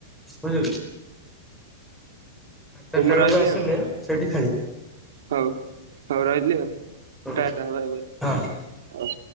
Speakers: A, in the centre; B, on the right.
A: ବୁଝିଲୁ। ଚାରଟା
B: ହଉ ମୁଁ
A: ବେଳୁକୁ
B: ରହିଲି
A: ଆସିଲେ
B: ଆଉ
A: ସେଇଠି ଖେଳିବା।
B: ହଉ ହଉ ରହିଲି ଆଉ
A: ଅଛି
B: ଟା ଟା ବାଏ ବାଏ
A: ହଁ।
B: ଅ